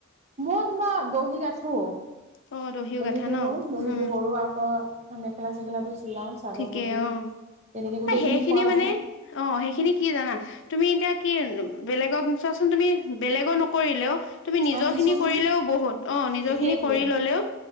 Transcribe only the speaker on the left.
অ দহিও
গাঠা ন
উম
ঠিকে
অঁ
সেইখিনি
মানে
অ সেইখিনি কি জানা তুমি এতিয়া। কি বেলেগক চোৱাচোন তুমি বেলেগো নকৰিলেওঁ তুমি নিজৰ
খিনি কৰিলেওঁ বহুত অঁ নিজৰ
খিনি কৰি ললেওঁ।